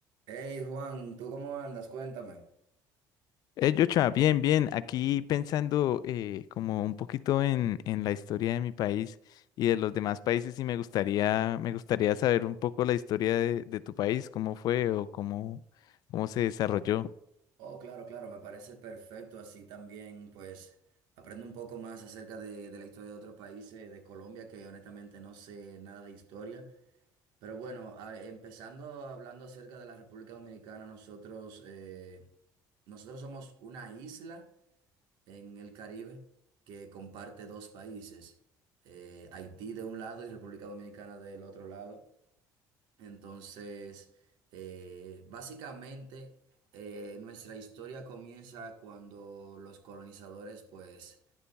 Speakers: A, on the right; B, on the left.
A: Hey Juan, ¿tú cómo andas? Cuéntame.
B: Eh, Yocha, bien, bien. Aquí pensando eh, como un poquito en, en la historia de mi país y de los demás países y me gustaría, me gustaría saber un poco la historia de, de tu país, cómo fue o cómo, cómo se desarrolló.
A: Oh, claro, claro, me parece perfecto. Así también, pues, aprendo un poco más acerca de, de la historia de otros países, de Colombia, que honestamente no sé nada de historia. Pero bueno, a- empezando hablando acerca de la República Dominicana, nosotros, eh, nosotros somos una isla en el Caribe que comparte dos países, eh, Haití de un lado y República Dominicana del otro lado. Entonces, eh, básicamente, eh, nuestra historia comienza cuando los colonizadores, pues,